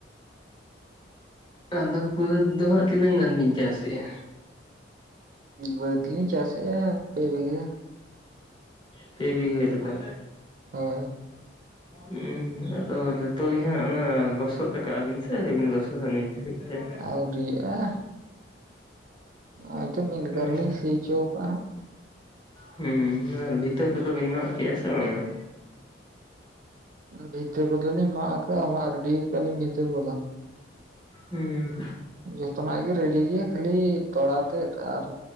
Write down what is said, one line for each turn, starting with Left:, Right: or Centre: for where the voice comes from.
Left: ᱟᱫᱚ ᱵᱟᱹᱫᱽ ᱫᱚ ᱦᱟᱸᱜ ᱛᱤᱱᱟᱹᱜ ᱜᱟᱱ ᱵᱤᱱ ᱪᱟᱥ ᱮᱫᱼᱟ?
Right: ᱵᱟᱹᱫ ᱞᱤᱧ ᱪᱟᱥ ᱮᱫᱟ ᱯᱮ ᱵᱤᱜᱷᱟᱹ
Left: ᱯᱮ ᱵᱤᱜᱷᱟᱹ ᱞᱮᱠᱟ
Right: ᱦᱳᱭ
Left: ᱩᱸ ᱟᱫᱚ ᱡᱚᱛᱚ ᱜᱮ ᱦᱟᱸᱜ ᱚᱱᱟ ᱞᱚᱥᱚᱫ ᱠᱟᱜᱼᱟ ᱵᱤᱱ ᱥᱮ ᱟᱣᱨᱤ ᱵᱤᱱ ᱞᱚᱥᱚᱫᱟ ᱱᱤᱛ ᱫᱷᱟᱹᱵᱤᱡ ᱛᱮ?
Right: ᱟᱣᱨᱤᱭᱟᱜᱼᱟ ᱱᱚᱜ-ᱚᱭ ᱛᱚ ᱢᱤᱫ
Left: ᱦᱩᱸ
Right: ᱜᱟᱨ ᱞᱤᱧ ᱥᱤ ᱦᱚᱪᱚ ᱠᱟᱜᱼᱟ ᱦᱟᱸᱜ
Left: ᱦᱩᱸ ᱟᱨ ᱵᱷᱤᱛᱟᱹ ᱠᱚᱫᱚ ᱵᱤᱱ ᱢᱟᱜ ᱠᱮᱜᱼᱟ ᱥᱮ ᱵᱟᱝᱼᱟ <inaudible>
Right: ᱵᱷᱤᱛᱟᱹ ᱠᱚᱫᱚ ᱞᱤᱧ ᱢᱟᱜ ᱠᱟᱜᱼᱟ ᱢᱟᱜ ᱨᱤᱰᱤ ᱠᱟᱜᱼᱟ ᱞᱤᱧ ᱵᱷᱤᱛᱟᱹ ᱠᱚᱫᱚ
Left: ᱦᱮᱸ
Right: ᱡᱚᱛᱚᱱᱟᱜ ᱜᱮ ᱨᱮᱰᱤ ᱜᱮᱭᱟ ᱠᱷᱟᱹᱞᱤ ᱛᱚᱲᱟ ᱛᱮᱫ ᱟᱨ